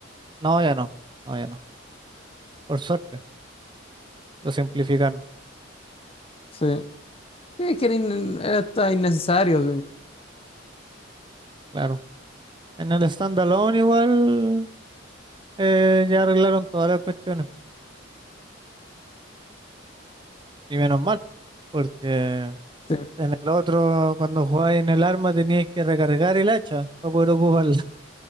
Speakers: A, on the right (about 25°); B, on the left (about 30°).
A: No, ya no, no, ya no. Por suerte, lo simplificaron,
B: Sí. Sí, es que era, in- era hasta innecesario.
A: claro. En el standalone igual eh, ya arreglaron todas las cuestiones, y menos mal, porque en
B: sí. Sí.
A: el otro, cuando jugáis en el arma, teníais que recargar el hacha para poder ocuparla.